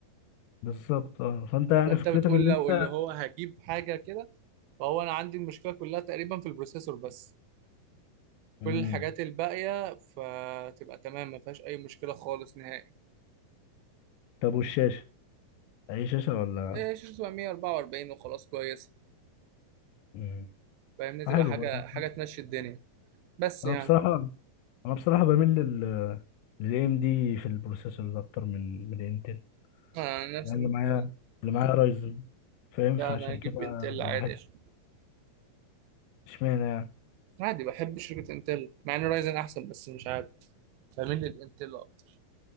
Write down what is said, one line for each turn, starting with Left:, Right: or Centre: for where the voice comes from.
Left: بالظبط اه فانت يعني
Right: فانت
Left: فكرتك
Right: بتقول
Left: ان انت
Right: لو اللي هو هجيب حاجه كده فهو انا عندي المشكله كلها تقريبا في البروسيسور بس
Left: مم.
Right: كل الحاجات الباقيه فتبقى تمام ما فيهاش اي مشكله خالص نهائي
Left: طب والشاشة اي شاشة ولا
Right: إيه، شاشته تبقى 144 وخلاص كويس
Left: مم.
Right: فاهمني
Left: حلو
Right: تبقى حاجة
Left: برضه
Right: حاجة تمشي الدنيا بس
Left: انا
Right: يعني
Left: بصراحة انا بصراحه بميل لل للاي ام دي في البروسيسورز اكتر من من الانتل
Right: أنا عن نفسي
Left: يعني اللي
Right: ممكن
Left: معايا اللي معايا رايزن فاهم
Right: لا
Left: فعشان
Right: أنا أجيب
Left: كده
Right: إنتل
Left: بحب
Right: عادي عشان
Left: اشمعنى يعني
Right: عادي بحب شركة إنتل مع إن رايزن أحسن بس مش عارف بميل للإنتل أكتر